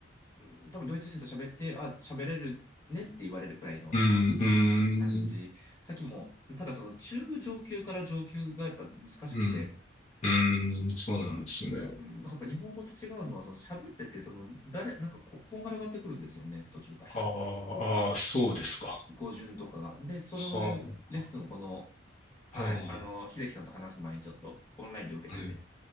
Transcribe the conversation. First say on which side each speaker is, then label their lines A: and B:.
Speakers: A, on the left (about 15°); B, on the left (about 35°).
A: うん多分ドイツ人と喋って、あ、喋れるねって言われるくらいの
B: うん、うん、
A: 感じ。さっきも、ただその中上級から上級がやっぱ難しくて、
B: うん、うん、そうなんですね。
A: うん、なんかやっぱ日本語と違うのは、その喋ってて、その誰、なんかこ、こんがらがってくるんですよね、途中から。
B: ああ、ああ、そうですか。
A: 語順とかが。で、そのレッスンをこの、
B: は
A: はい、
B: あ、は
A: あの、秀樹さんと話す前にちょっとオンラインで受けてて、
B: あ、はい。